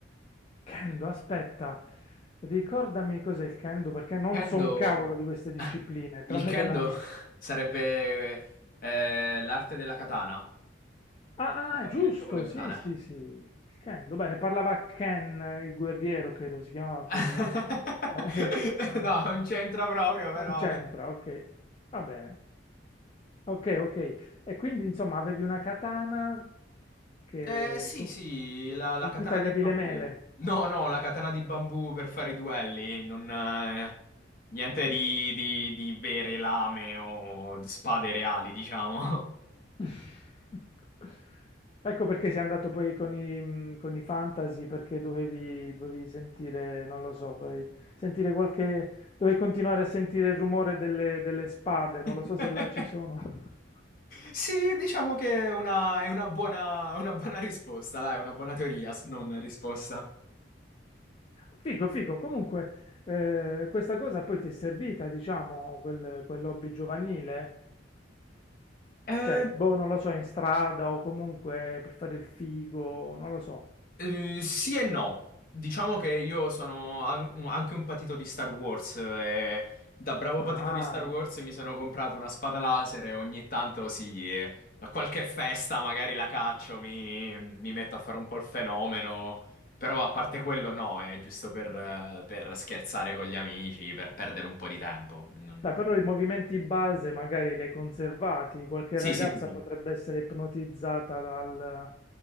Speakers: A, on the left; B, on the left.
A: Kendo, aspetta, ricordami cos'è il Kendo perché
B: Il
A: non
B: kendo,
A: so un cavolo di queste discipline,
B: <laughs>
A: tranne
B: il kendo
A: della mia.
B: sarebbe eh, l'arte della katana,
A: Ah,
B: il combattimento
A: ah, giusto,
B: con le katane.
A: sì, sì, sì. Il Kendo, bene, parlava Ken, eh, il guerriero, credo si chiamava così.
B: <laughs>
A: <laughs> Eh, Ken.
B: No, non c'entra proprio, però.
A: Non c'entra,
B: Eh,
A: ok. Va bene. Ok, ok. E quindi insomma avevi una katana che-
B: Eh, sì,
A: con,
B: sì, la,
A: con
B: la katana
A: cui tagliavi
B: di bambù.
A: le mele.
B: No, no, la katana di bambù per fare i duelli, non, eh, niente di, di di vere lame o spade reali, diciamo.
A: <laughs> Ecco perché sei andato poi con i, mm, con i fantasy, perché dovevi, dovevi sentire, non lo so, dovevi sentire qualche, dovevi continuare a sentire il rumore delle, delle spade, non
B: <laughs>
A: lo so se là ci sono. <laughs>
B: Sì, diciamo che è una, è una buona, una buona risposta, dai, una buona teoria, s- non risposta.
A: Figo, figo. Comunque, eh, questa cosa poi ti è servita, diciamo, quel, quell'hobby giovanile?
B: Eh,
A: Cioè, boh, non lo so, in strada o comunque per fare il figo, non lo so.
B: eh, sì e no. Diciamo che io sono an- un- anche un patito di Star Wars e da bravo
A: Ah,
B: patito di Star Wars mi sono comprato una spada laser e ogni tanto sì, eh, a qualche festa magari la caccio, mi, mi metto a fare un po' il fenomeno, però a parte quello no, è giusto per, eh, per scherzare con gli amici, per perdere un po' di tempo. Non-
A: beh, però i movimenti base magari li hai conservati. Qualche
B: Sì,
A: ragazza
B: sì, sì, sì.
A: potrebbe essere ipnotizzata dal-